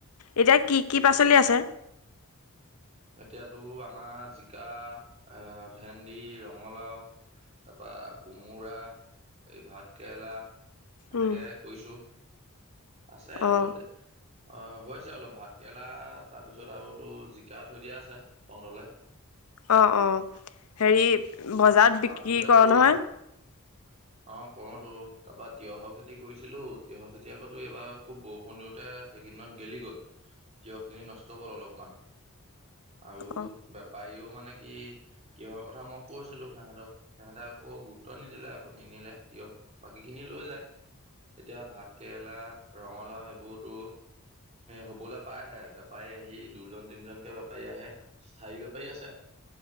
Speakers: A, on the left (about 85°); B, on the right (about 30°).
A: এতিয়া কি কি পাচলি আছে
B: এতিয়াতো আমাৰ জিকা এ ভেন্দি ৰঙালাও তাৰপৰা কোমোৰা এই ভাত কেৰেলা এনেকে
A: উম
B: কৈ আছে অলপ
A: অ
B: দে। অ', হৈছে অলপ ভাত কেৰেলা তাৰপিছত আৰু তোৰ জিকা থৈ দিয়া আছে তহঁতেলে
A: অ', অ', হেৰি বজাৰত বিক্ৰী
B: তাৰপিছতে
A: কৰ
B: তোৰ
A: নহয়
B: অ', কৰো তো তাৰপৰা তিয়ঁহৰ খেতি কৰিছিলোঁ। তিয়ঁহৰ খেতি এইবাৰ সুব বৰষুণ দিওতে, হেই কেইদিনত গেলি গ'ল। তিয়হ খিনি নষ্ট হ'ল অলপমান। আৰু
A: অ
B: বেপাৰীও মানে কি কিহৰ কথা মোক, কৈছিলো সিহঁতক সিহঁতে আকৌ গুৰুত্ব নিদিলে, আকৌ নিনিলে কিয় বাকী খিনি লৈ যায়। এতিয়া ভাত কেৰেলা, ৰঙালাও এইবোৰতো হ'ব হে পাইহে বেপাৰী। সি দুজন তিনজনকে বেপাৰী আহে। স্থায়ী বেপাৰী আছে।